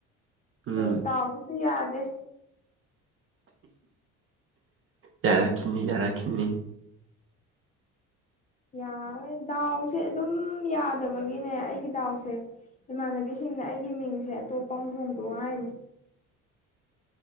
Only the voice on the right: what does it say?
ꯎꯝ
ꯌꯥꯔꯥ ꯀꯅꯤ ꯌꯥꯔꯥ ꯀꯅꯤ